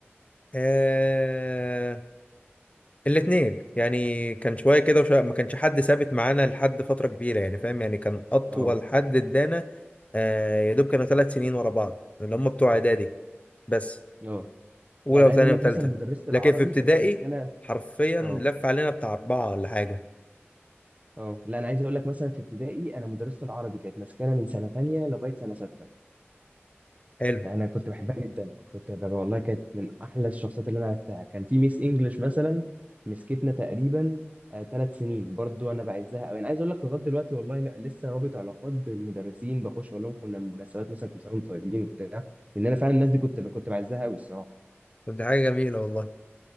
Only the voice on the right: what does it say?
اه
اه
لا انا
عايز اقول لك
مثلا مدرسه العربي
كانت مسكنه
اه
اه لا انا عايز اقول لك مثلا في ابتدائي انا مدرسه العربي كانت مسكنه من سنه تانية لغايه سنه سته
كان- انا كنت بحبها جدا كنت ببقى والله كانت من احلى الشخصيات اللي انا عرفتها كان في ميس انجلش مثلا مسكتنا تقريبا ثلاث سنين برضو انا بعزها قوي انا عايز اقول لك لغايه دلوقتي والله لا لسه رابط علاقات بالمدرسين بخش اقول لهم كنا مناسبات مثلا كنا طيبين وبتاع لان انا فعلا الناس دي كنت كنت بعزها قوي الصراحه